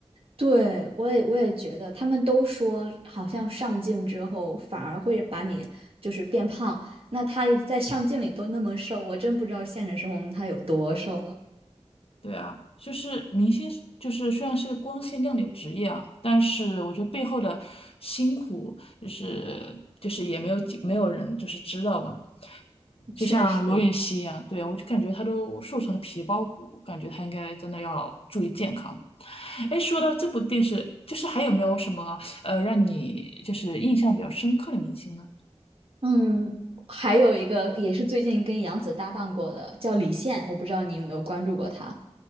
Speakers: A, on the right; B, on the left.
A: 对，我也我也觉得，他们都说好像上镜之后反而会把你就是变胖，那他在上镜里都那么瘦，我真不知道现实生活中他有多瘦了。
B: 对啊，就是明星，就是虽然是个光鲜亮丽的职业啊，但是我觉得背后的辛苦，就是就是也没有几没有人就是知道嘛。
A: 确实，
B: 就像罗云熙一样，对，我就感觉他都瘦成了皮包骨，感觉他应该真的要注意健康。哎，说到这部电视，就是还有没有什么呃让你就是印象比较深刻的明星呢？
A: 嗯，还有一个也是最近跟杨紫搭档过的，叫李现，我不知道你有没有关注过他。